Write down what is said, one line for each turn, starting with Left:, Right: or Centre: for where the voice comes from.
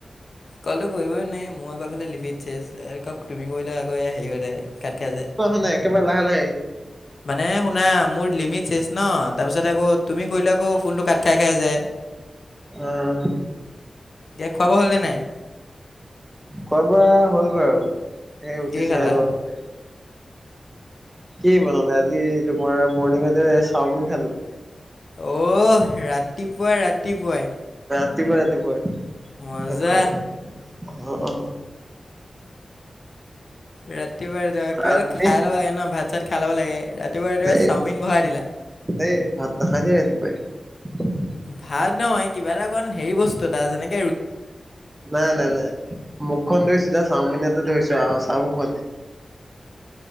Left: কলটো কৰিবই নোৱাই, মোৰ আকৌ এইপিনে লিপ <unintelligible> ক তুমি কৰিলে আকৌ হেৰি কাত খাই যে।
Right: ন একেবাৰে লাহে লাহ-
Left: মানে শুনা মোৰ লিমিট শেচ ন, তাৰপিছত আকৌ তুমি কৰিলে আকৌ ফোনটো- কাট খাই খাই যায়
Right: অহ।
Left: খোৱা বোৱা হ'লনে নাই?
Right: খোৱা বোৱা হ'ল বাৰু, এই উঠিছোহে
Left: কি খালা
Right: অলপ আগতে। কি বনালে আজি তোমাৰ মৰ্নিগতে চাওমিন খালো।
Left: অহ ৰাতিপুৱাই ৰাতিপুৱাই।
Right: ৰাতিপুৱাই ৰাতিপুৱাই।
Left: মজা।
Right: কি কবা অ অ।
Left: ৰাতিপুৱাই ৰাতিপুৱাই কিবা
Right: আজি
Left: এটা খাই লব লাগে ন, ভাত চাত খাই ল'ব লাগে। ৰাতিপুৱা ৰাতিপুৱা
Right: এই
Left: চাওমিন ভৰাই দিলা।
Right: এই ভাত নাখাই দেই ৰাতিপুৱাই।
Left: ভাত ন কিবা এটা অকমান হেৰি বস্তু এটা যেনেক-
Right: নাই, নাই, নাই মুখখন ধুই চিধা- চাওমিন তে ধৰিছো আও, চাও খোৱা নাই।